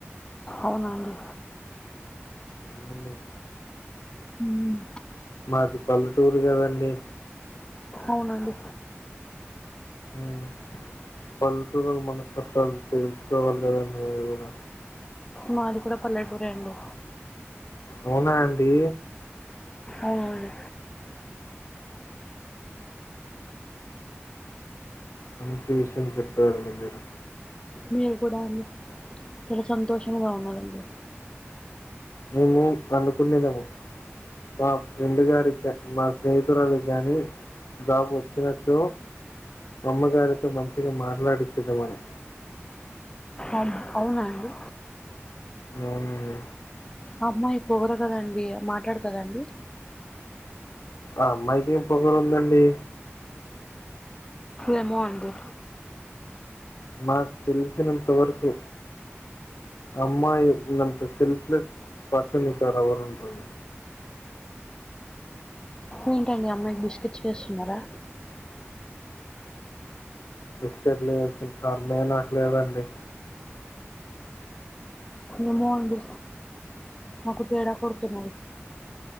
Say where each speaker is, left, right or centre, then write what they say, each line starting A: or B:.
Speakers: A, on the left; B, on the left.
A: అవునాండి
B: అవునండి
A: హ్మ్.
B: మాది పల్లెటూరు కదండీ
A: అవునండి.
B: ఉమ్ పల్లెటూరు వల మనస్తత్వాలు తెల్చుకోవాలి కదండి మీరు గూన
A: మాది గూన పల్లెటూరే అండి
B: అవునా అండి
A: అవునండి
B: మంచి విషయం చెప్తారండి మీరు
A: మీరు కూడా అండి చాలా సంతోషముంగా ఉన్నదండి
B: మేము అన్నుకునేలేము మా ఫ్రెండ్ గారికి మా స్నేహితురాలకి కానీ జాబ్ వచ్చిన చో అమ్మ గారితో మంచిషగా మాట్లాడిచ్చతమని
A: అవు అవున అండి
B: అవునండి
A: ఆహ్ అమ్మాయి పొగరు కదండి మాట్లాడుతా అండి
B: ఆహ్ అమ్మాయికి ఏం పొగరు ఉందండి
A: ఏమో అండి
B: మాకు తెలిసినంతవరకు అమ్మాయి ఉన్నంత సెల్ఫ్లెస్ పర్సన్ ఎక్కడ ఎవర్ వుండరండి
A: ఏంటండి అమ్మాయికి బిస్కెట్స్ వేస్తున్నారా
B: బిస్కెట్లు వెల్సిన కార్మే నాకు లేదండి
A: ఏమో అండి మాకు తేడా కొడుతున్నా